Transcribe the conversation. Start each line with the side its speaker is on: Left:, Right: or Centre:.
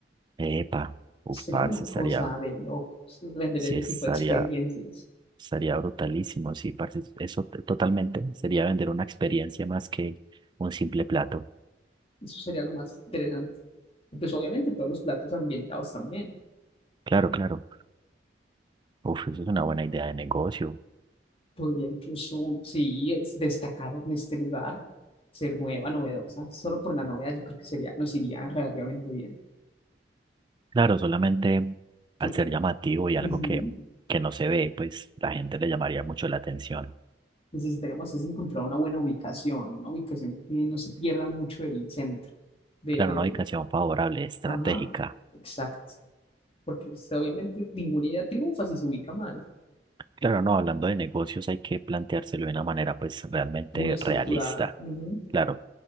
Right: Epa, uff,
Left: Sería
Right: parce,
Left: una cosa
Right: estaría,
Left: de locos vender
Right: sí
Left: ese
Right: estaría
Left: tipo de experiencias.
Right: Estaría brutalísimo, sí, parce, eso t- totalmente. Sería vender una experiencia más que un simple plato.
Left: Eso sería lo más interesante. Y pues obviamente todos los platos ambientados también.
Right: Claro, claro. Uf, eso es una buena idea de negocio.
Left: Podría incluso, sí, es- destacar en este lugar, ser nueva, novedosa. Solo por la novedad yo creo que sería, nos iría relativamente bien.
Right: Claro, solamente al
Left: Tú-
Right: ser llamativo y algo
Left: Ujú.
Right: que, que no se ve, pues la gente le llamaría mucho la atención.
Left: Necesitaríamos es encontrar una buena ubicación, una ubicación que no se pierda mucho el centro. De,
Right: Claro,
Left: de,
Right: una ubicación favorable, estratégica.
Left: ajá, exacto. Porque pues, obviamente ninguna idea triunfa si se ubica mal.
Right: Claro, no, hablando de negocios hay que planteárselo de una manera pues realmente
Left: muy estructurada.
Right: realista.
Left: Ujú,
Right: Claro.